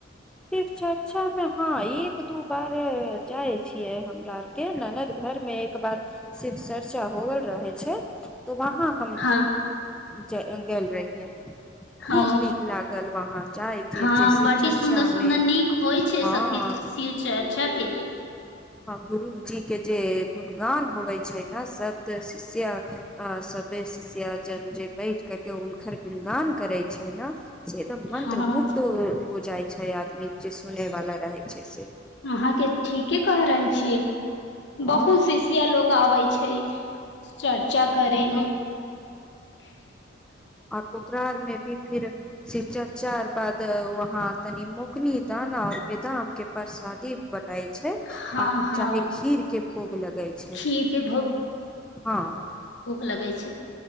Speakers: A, in the centre; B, on the left.
A: सिर्फ चर्चा मे हँ एक दू बार जाय छियै हमरा आर के ननद घर मे बार शिव चर्चा होवल रहे छै त वहाँ हम
B: हँ
A: जे गेल रहियै खूब
B: ओ
A: नीक लागल वहााँ जाय कें
B: हँ
A: जे शिव
B: बड्डी
A: चर्चा
B: सुन्दर सुन्दर
A: मे
B: नीक होइ छै
A: हँ
B: सखी शिव चर्चा के
A: गुरुजी के जे गुणगान होवे छै ने सबद शिष्या सब शिष्य जन् जे बै कर के हुनकर गुणगान करे छै ने सेद मन्त्र
B: हँ
A: मुगधू हो जाइत छय आदमी जे सुने वाला रहे छै से
B: अहाँके ठीके क रहल छीयै
A: हँ
B: बहुत शिष्यया लोग आबै छै चल चर्चा करेयमे
A: हँ
B: <unintelligible>
A: आओर ओकररार मेमे फिर से शिव चर्चा आ बाद त वहाँ तऽनि मु कनीद न <inaudible> बेदाम कें परसादी बँट छै
B: हँ
A: आ
B: हँ
A: चाहे खीर के भोग लगै छै
B: खीर के
A: हँ
B: लगै छै